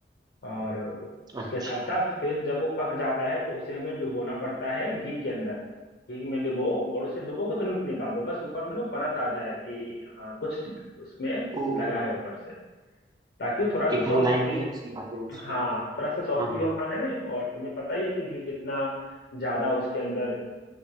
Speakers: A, on the left; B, on the right.
A: और उसके
B: अच्छा
A: साथ साथ फिर जब वो पक जाता है तो उसे हमें डुबोना पड़ता है घी के अंदर घी में डुबो और उसे डुबो के तुरंत निकाल दो बस ऊपर में ना परत आ जाए कि हाँ कुछ उसमें
B: ओ
A: लगा है ऊपर से ताकि वो थोड़ा सा
B: एक
A: सॉफ्ट
B: मुलायमियत
A: भी
B: सी आ जाए उसमें
A: हाँ थोड़ा सा सॉफ्ट
B: हाँ
A: भी हो खाने में और तुम्हें पता ही है कि घी कितना ज्यादा उसके अंदर